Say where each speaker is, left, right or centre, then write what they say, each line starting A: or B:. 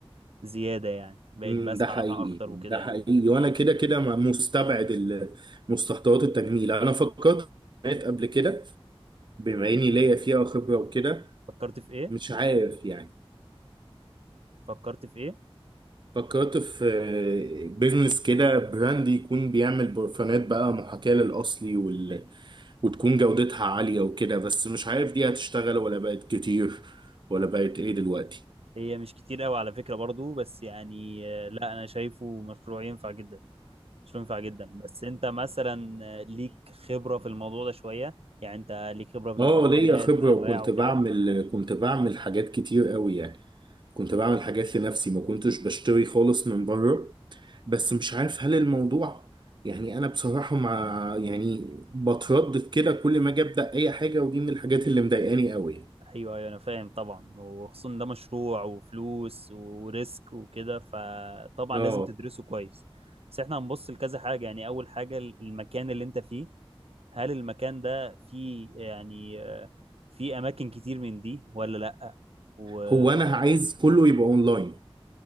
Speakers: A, on the right; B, on the right.
A: زيادة يعني بقيت
B: مم.
A: بسمع
B: ده حقيقي
A: عنها أكتر
B: ده
A: وكده يعني
B: حقيقي وانا كده كده ما- مستبعد ال- مستحضرات التجميل انا فكرت في البرفانات قبل كده بما اني ليا فيها خبره وكده
A: فكرت في إيه؟
B: مش عارف يعني
A: فكرت في إيه؟
B: فكرت في بيزنس كده براند يكون بيعمل برفانات بقى محاكاة للأصلي وال... وتكون جودتها عالية وكده بس مش عارف دي هتشتغل ولا بقت كتير ولا بقت ايه دلوقتي
A: هي مش كتير قوي على فكرة برضو بس يعني آه، لا أنا شايفه مشروع ينفع جدا مشروع ينفع جدا بس أنت مثلا آه، ليك خبرة في الموضوع ده شوية يعني أنت ليك خبرة في البرفانات
B: اه ليا خبرة
A: والأنواع
B: وكنت
A: وكده
B: بعمل كنت بعمل حاجات كتير قوي يعني كنت بعمل حاجات لنفسي ما كنتش بشتري خالص من بره بس مش عارف هل الموضوع يعني انا بصراحة مع يعني بتردد كده كل ما اجي ابدأ اي حاجة ودي من الحاجات اللي مضايقاني قوي
A: أيوه أيوه أنا فاهم طبعا وخصوصا ده مشروع وفلوس وريسك وكده فطبعا
B: اه
A: لازم تدرسه كويس بس احنا هنبص لكذا حاجة يعني أول حاجة المكان اللي أنت فيه هل المكان ده فيه يعني آه، فيه اماكن كتير من دي ولا لا واونلاين
B: هو انا عايز كله يبقى اونلاين